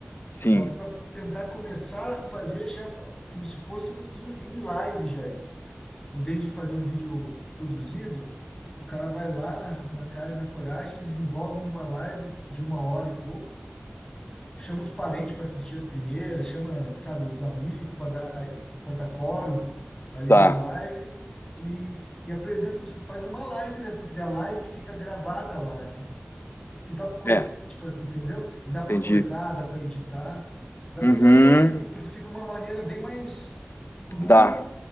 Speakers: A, on the left; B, on the left.
A: sim,
B: Dava para tentar começar a fazer já pa- como se fosse em, em- em live já isso. Em vez de fazer um vídeo produzido, o cara vai lá na, na cara e na coragem, desenvolve uma live de uma hora e pouco, chama os parentes para assistir as primeiras, chama, sabe, os amigos para dar, para dar quórum ali
A: tá.
B: na live e, f- e apresenta como se faz uma live mesmo, porque daí a live fica gravada lá, né? que tal, cons-
A: É,
B: tipo, assim, entendeu? E dá para
A: entendi.
B: cortar, dá para editar, dá
A: Uhum,
B: para fazer assim, porque fica uma maneira bem mais crua.
A: dá.